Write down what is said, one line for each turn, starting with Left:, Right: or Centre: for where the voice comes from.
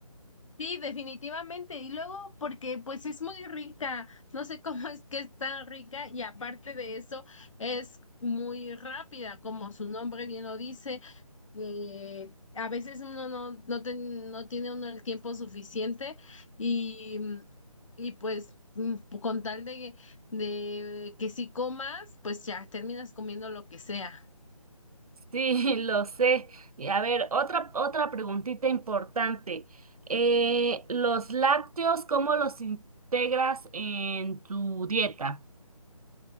Left: Sí, definitivamente. Y luego porque pues es muy rica. No sé cómo es que es tan rica y aparte de eso es muy rápida, como su nombre bien lo dice. Eh, a veces uno no, no, ten- no tiene uno el tiempo suficiente y, y pues mm, con tal de, de que si comas, pues ya terminas comiendo lo que sea.
Right: Sí, <laughs> lo sé. Y a ver, otra, otra preguntita importante. Eh, ¿los lácteos, cómo los integras en tu dieta?